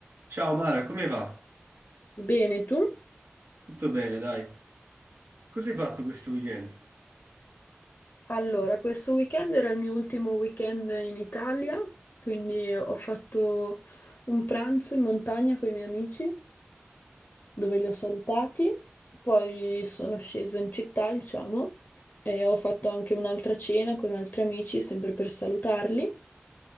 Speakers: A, on the right; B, on the left.
A: Ciao Mara, come va?
B: Bene, tu?
A: Tutto bene, dai. Cosa hai fatto questo weekend?
B: Allora, questo weekend era il mio ultimo weekend in Italia, quindi ho fatto un pranzo in montagna con i miei amici, dove li ho salutati, poi sono scesa in città, diciamo, e ho fatto anche un'altra cena con altri amici, sempre per salutarli.